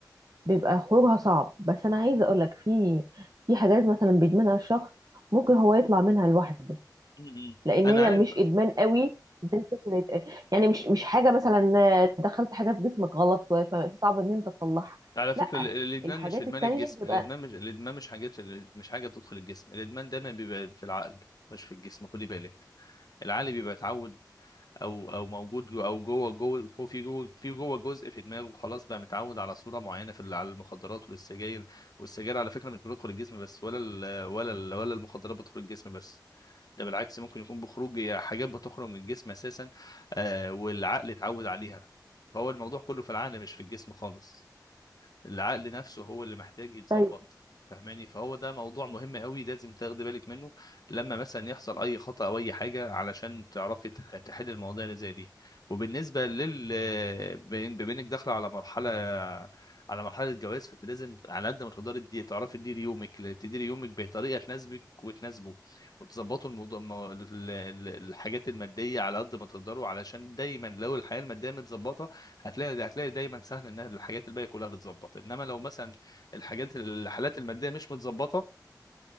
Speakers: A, on the right; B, on the left.
A: بيبقى خروجها صعب بس انا عايزه اقول لك في في حاجات مثلا بيدمنها الشخص ممكن هو يطلع منها لوحده
B: م-م.
A: لان
B: انا
A: هي
B: عارف
A: مش ادمان قوي زي فكره يعني مش مش حاجه مثلا آه، دخلت حاجه في جسمك غلط فصعب ان انت تطلعها
B: على فكره
A: لا
B: ال- الادمان
A: الحاجات
B: مش ادمان
A: التانية
B: الجسم
A: بيبقى
B: الادمان مش الادمان مش حاجات مش حاجه بتدخل الجسم الادمان دايما بيبقى في العقل مش في الجسم خدي بالك العقل بيبقى اتعود او او موجود جو- او جوه جوه فوق في جوه في جوه جزء في دماغه خلاص بقى متعود على صوره معينه في ال- على المخدرات والسجاير والسجاير على فكره مش بتدخل الجسم بس ولا ال ولا ال ولا المخدرات بتدخل الجسم بس ده بالعكس ممكن يكون بخروج يا حاجات بتخرج من الجسم اساسا آه والعقل اتعود عليها فهو الموضوع كله في العقل مش في الجسم خالص العقل نفسه هو اللي محتاج يتظبط
A: طيب
B: فاهماني فهو ده موضوع مهم قوي لازم تاخدي بالك منه لما مثلا يحصل اي خطأ او اي حاجه علشان تعرفي تح- تحل المواضيع اللي زي دي وبالنسبه لل بين- بما انك داخله على مرحله على مرحله جواز فانت لازم على قد ما تقدري تدي تعرفي تديري يومك تديري يومك بطريقه تناسبك وتناسبه وتظبطوا الموضوع الم- ال- ال- الحاجات الماديه على قد ما تقدروا علشان دايما لو الحياه الماديه متظبطه هتلاقي هتلاقي دايما سهل ان الحاجات الباقيه كلها تتظبط انما لو مثلا الحاجات الحالات الماديه مش متظبطه